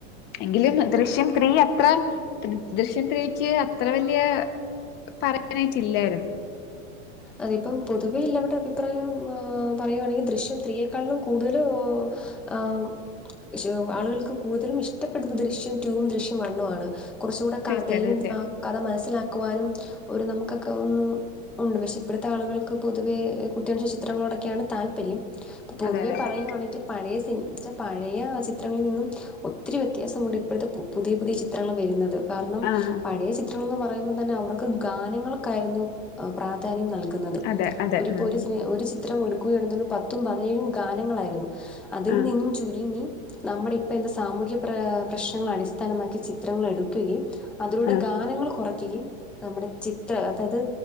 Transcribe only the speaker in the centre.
അതിപ്പം പൊതുവെ എല്ലാവരുടെ അഭിപ്രായം പറയുകയാണെങ്കിൽ ദൃശ്യം ത്രീയെക്കാളും കൂടുതൽ. ആഹ് സൂ ആളുകൾക്ക് കൂടുതലും ഇഷ്ടപ്പെടുന്ന ദൃശ്യം റ്റൂ ദൃശ്യം വണ്ണുവാണ്. കുറച്ച് കൂടെ
കഥയും
ആഹ് കഥ മനസ്സിലാക്കുവാനും ഒരു നമുക്കൊക്കെ ഒന്ന് ഉണ്ട് പക്ഷേ. ഇപ്പോഴത്തെ ആളുകൾക്ക് പൊതുവെ കുട്ടിയണ ചിത്രങ്ങളോടൊക്കെയാണ് താല്പര്യം പൊതുവേ
പറയുവാണെങ്കി പഴയ സിന് പഴയ ചിത്രങ്ങളിൽ നിന്നും ഒത്തിരി വ്യത്യാസമുണ്ട് ഇപ്പോഴത്തെ പുതിയ പുതിയ ചിത്രങ്ങൾ വരുന്നത് കാരണം
പഴയ ചിത്രങ്ങന്ന് പറയുമ്പോൾ തന്നെ അവർക്ക് ഗാനങ്ങൾക്കായിരുന്നു പ്രാധാന്യം നൽ ക്ക്ന്നത്
ഒരു ഇപ്പൊ
ഒരു ഒരു ചിത്രം എടുക്കുകയാണു പത്തും പതിനേഴും ഗാനങ്ങളായിരുന്നു അതിൽ
നിന്ന് ചുരുങ്ങി നമ്മുടെ ഇപ്പ എന്താ സാമൂഹ്യ പ്ര പ്രശ്നങ്ങൾ അടിസ്ഥാനമാക്കി ചിത്രങ്ങൾ എടു ഉം അതിലൂടെ
ഗാനങ്ങൾ കൊറക്കുകയും നമ്മുടെ ചത്ര അതായത്